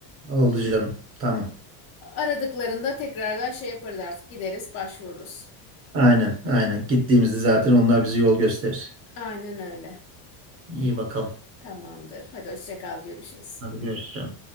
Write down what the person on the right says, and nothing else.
Oldu canım. Tamam.
Aynen, aynen. Gittiğimizde zaten onlar bize yol gösterir.
İyi bakalım.
Hadi görüşürüz. canım.